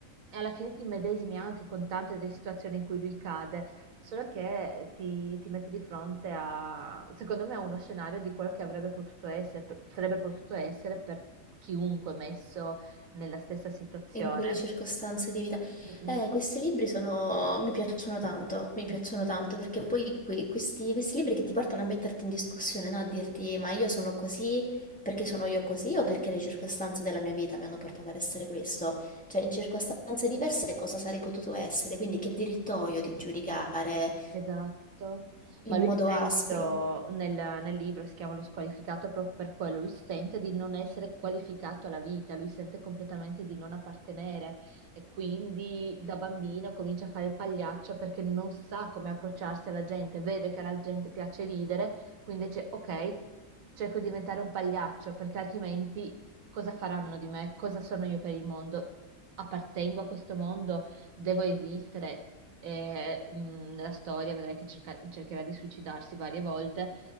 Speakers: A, on the right; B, in the centre.
A: e alla fine ti immedesimi anche con tante delle situazioni in cui lui cade, solo che ti, ti mette di fronte a, secondo me, a uno scenario di quello che avrebbe potuto essere, sarebbe potuto essere per chiunque messo nella stessa situazione.
B: in quelle circostanze di vita.
A: Mm, Mm.
B: Eh, questi libri sono, mi piacciono tanto, mi piacciono
A: mm.
B: tanto perché poi qui- questi, questi libri che ti portano a metterti in discussione, no? A dirti ma io sono così perché sono io così
A: Eh,
B: o perché le circostanze della mia vita mi hanno portato ad essere questo.
A: eh,
B: Cioè in circostanze diverse cosa sarei potuto essere, quindi che diritto ho io di giudicare
A: esatto.
B: in
A: Ma lui
B: modo
A: stesso
B: aspro?
A: nel, nel libro si chiama Lo squalificato proprio per quello. Lui sente di non essere qualificato alla vita, lui sente completamente di non appartenere e quindi da bambino comincia a fare il pagliaccio perché non sa come approcciarsi alla gente, vede che alla gente piace ridere, quindi dice ok, cerco di diventare un pagliaccio perché altrimenti cosa faranno di me? Cosa sono io per il mondo? Appartengo a questo mondo? devo esistere. E, mh, nella storia vedrai che cerca- cercherà di suicidarsi varie volte